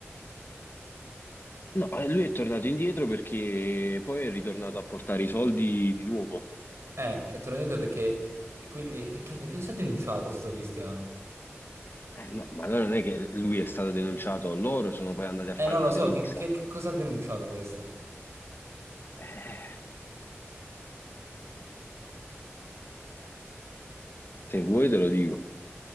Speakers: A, on the left; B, on the right.
A: No, eh, lui è tornato indietro perché poi è ritornato a portare i soldi di nuovo.
B: Eh, è tornato indietro perché... E quindi... Perché di che cosa ha denunciato sto Cristiano?
A: Eh, no, ma allora non è che lui è stato denunciato, loro sono poi andati a
B: Eh,
A: fare
B: non
A: una
B: lo so,
A: denuncia.
B: che, che- che cosa ha denunciato questo?
A: Eh, se vuoi te lo dico,